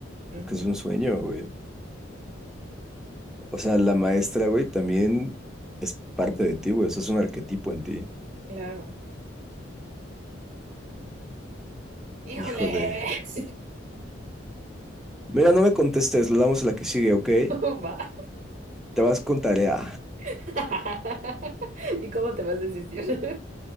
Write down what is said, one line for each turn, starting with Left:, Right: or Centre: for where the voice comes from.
Right: Ujú,
Centre: porque es un sueño, güey. O sea, la maestra, güey, también es parte de ti, güey, eso es un arquetipo en ti.
Right: Claro. ¡Híjoles!
Centre: Híjole. Mira, no me contestes, lo damos a la que sigue, ¿ok?
Right: <laughs> Va.
Centre: Te vas con tarea.
Right: <laughs> ¿Y cómo te vas a desistir?